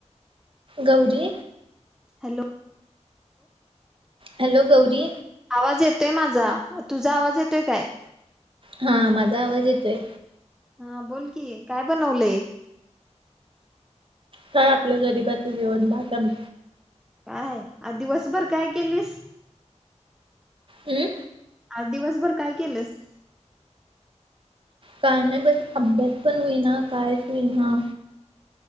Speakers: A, on the right; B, in the centre.
A: Gauri
B: hello
A: hello Gauri.
B: आवाज येतोय माझा, तुझा आवाज येतोय काय?
A: हा, माझा आवाज येतोय.
B: हा बोल की, काय बनवलंय?
A: काय आपलं गरिबाचं जेवण भात आम
B: काय? आ दिवसभर काय केलीस?
A: हम्म
B: आज दिवसभर काय केलंस?
A: काय नाइ बई अभ्यास पण होईना, कायच होईना.